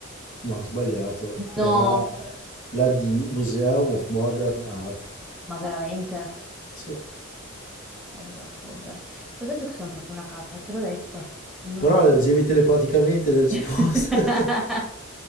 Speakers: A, on the left (about 40°); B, in the centre.
A: No, ho sbagliato,
B: No,
A: era la D, Museum of Modern Art.
B: ma veramente?
A: Sì,
B: Vabbè, vabbè. Ti ho detto che sono proprio una capra, te l'ho detto. Non-
A: però leggevi telepaticamente le risposte.
B: <laughs>